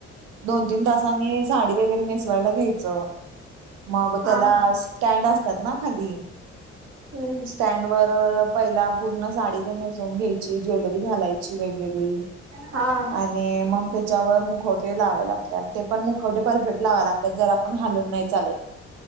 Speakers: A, on the right; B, on the right.
A: दोन तीन तासाांनी साडी वगैरे नेसु वाला घ्यायच मग
B: हा
A: त्याला
B: हा
A: स्टँड असतात ना खाली?
B: हम्म
A: स्टँड वर पहिला पूर्ण साडी ते नेसून घ्यायची ज्वेलरी घालायची वेगवेगळी
B: हा.
A: आणि मग त्याच्यावर मुखवटे लावावे लागतात ते पण मुखवटे परफेक्ट लावा लागतात जर आपण हालून नाही चालत.